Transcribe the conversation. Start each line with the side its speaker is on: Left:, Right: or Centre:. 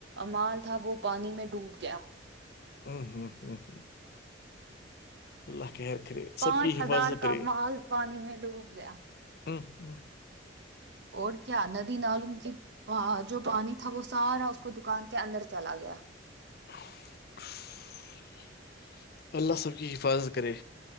Right: مال تھا وہ پانی میں ڈوب گیا
Left: ہوں ہوں ہ ہ اللہ کےیر کرے سب
Right: پانچ
Left: کی حفاظت
Right: ہزار کا
Left: کرے
Right: مال پانی میں ڈوب گیا
Left: <inaudible> ہ ہ
Right: اور کیا ندی نلوم کے جو پانی تھا وہ سارا اس کو دکان کے اندر چلا گیا
Left: <unintelligible> اللہ سب کی حفاظت کرے